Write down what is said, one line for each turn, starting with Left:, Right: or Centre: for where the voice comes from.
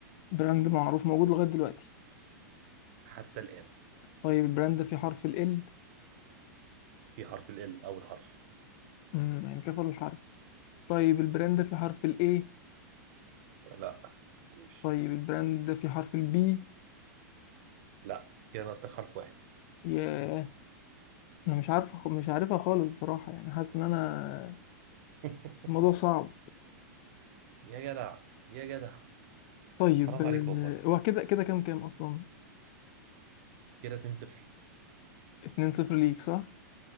Left: براند معروف موجود لغاية دلوقتي
Right: حتى الآن
Left: طيب البراند ده فيه حرف ال ال
Right: في حرف ال L أول حرف
Left: امم يعني كفى الحرف طيب البراند ده فيه حرف الاي
Right: لا وش
Left: طيب البراند ده فيه حرف البي
Right: لا كده ناقص لك حرف واحد
Left: ياه انا مش عارفه خ- مش عارفها خالص بصراحه يعني حاسس ان انا
Right: <laughs>
Left: الموضوع صعب
Right: يا جدع يا جدع
Left: طيب
Right: حرام عليك والله
Left: آه، هو كده كده كام كام اصلا
Right: كده 2 0
Left: 2 0 ليك صح